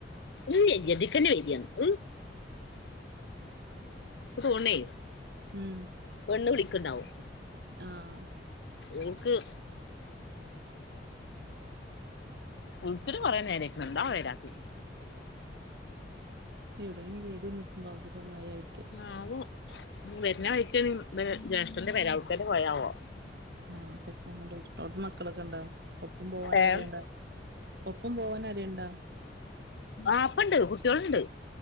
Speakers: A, on the left; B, on the right.
A: ഉം എന്നെ കൊണ്ട് വയ്യെന്ന് ഉം ക്ക് തോൺണെയ്
B: ഉം
A: പെണ്ണ് വിളിക്ക്ണ്ടാവും
B: ആഹ്
A: ഓൾക്ക് വിൾച്ചിട്ട് കൊറേ നേരായിക്ക്ണ്.. എന്താവ വരാത്തെ
B: എവിടെങ്കിലും കേറി നിന്നിട്ടുണ്ടാവും ചെല്പ മയായിട്ടേയ്
A: ആവോ.. വെര്ന വഴികേനിം ബലെ ജ്യേഷ്ഠന്റെ പെരാ. ഔട്ക്കെറ്റെ പോയാവോ?
B: ആഹ് ചെപ്പ അങ്ങോട്ട് അവിടുന്ന് മക്കളൊക്കെ ഉണ്ടാ ഒപ്പം പോവാന്
A: ഏഹ്
B: ആരുണ്ടാ ഒപ്പം പോവാനാരേംണ്ട
A: ആപ്പണ്ട്. കുട്ട്യൊളുണ്ട്